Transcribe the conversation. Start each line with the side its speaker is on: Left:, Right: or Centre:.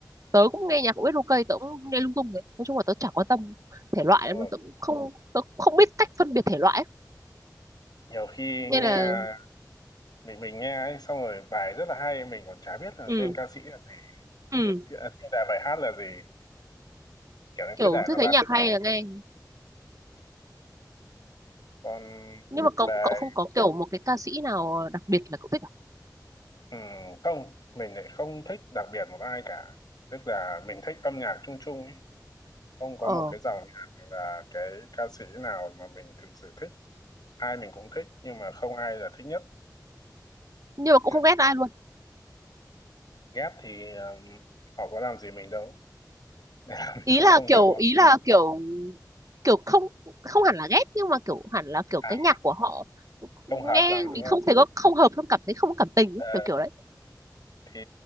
Right: tớ cũng nghe nhạc của biết ok tớ cũng nghe lung tung đấy nói chung là tớ chả quan tâm thể loại
Left: đúng
Right: lắm
Left: rồi.
Right: tớ cũng không tớ cũng không biết cách phân biệt thể loại ấy.
Left: Nhiều khi
Right: nên
Left: nghe
Right: là
Left: mình mình nghe ấy xong rồi bài rất là hay mình còn chả biết là
Right: ừ
Left: tên ca sĩ là gì,
Right: ừ
Left: địa- địa- tiêu đề bài hát là gì, kiểu như
Right: kiểu
Left: cứ để
Right: cứ
Left: nó
Right: thấy
Left: phát
Right: nhạc hay là nghe
Left: còn
Right: nhưng mà cậu
Left: về
Right: cậu không có kiểu một cái ca sĩ nào đặc biệt là cậu thích à
Left: ừ, không mình lại không thích đặc biệt một ai cả tức là mình thích âm nhạc chung chung ấy không có
Right: ờ
Left: một cái dòng nhạc hay là cái ca sĩ nào mà mình thực sự thích ai mình cũng thích nhưng mà không ai là thích nhất
Right: nhưng mà cũng
Left: kiểu
Right: không ghét
Left: như vậy
Right: ai luôn
Left: ghét thì ờ, họ có làm gì mình đâu <laughs> nên là mình
Right: ý
Left: cũng
Right: là
Left: không ghét
Right: kiểu
Left: họ
Right: ý là kiểu kiểu không không hẳn là ghét nhưng mà kiểu hẳn là kiểu
Left: à
Right: cái nhạc của họ
Left: không
Right: nghe
Left: hợp lắm đúng
Right: mình
Left: không
Right: không thể có không hợp không cảm thấy không có cảm tình
Left: Ờ,
Right: ấy, kiểu kiểu đấy
Left: thì